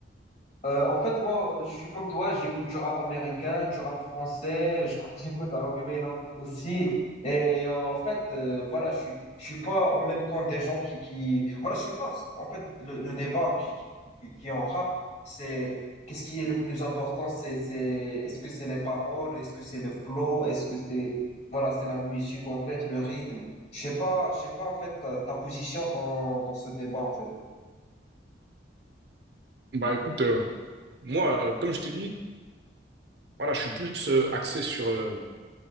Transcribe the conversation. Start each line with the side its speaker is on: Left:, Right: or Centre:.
Left: Euh, en fait, moi, je suis comme toi, j'écoute du rap américain, du rap français, je- <laughs> j'écoute un peu mes langues aussi. Et euh, en fait, euh, voilà, je suis, je suis pas en même compte des gens qui, qui, voilà, je sais pas. En fait, le, le débat qui, qui, qui qui est en rap, c'est qu'est-ce qui est le plus important? C'est, c'est, est-ce que c'est les paroles? Est-ce que c'est le flow? Est-ce que c'est, voilà, c'est la musique, en fait, le rythme? Je sais pas, je sais pas, en fait, ta, ta position dans, dans ce débat, en fait.
Right: bah écoute, euh, moi, euh, comme je t'ai dit, voilà, je suis plus euh, axé sur, euh,